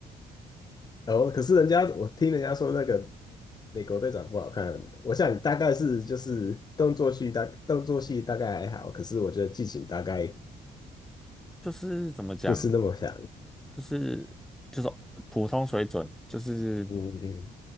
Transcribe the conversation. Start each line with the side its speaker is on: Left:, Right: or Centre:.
Left: 哦，可是人家我听人家说那个美国队长不好看，我想大概是就是动作戏大动作戏大概还好，可是我觉得剧情大概
Centre: 就是怎么讲，
Left: 不是那么想。
Centre: 就是就是普通水准，就是
Left: 嗯嗯。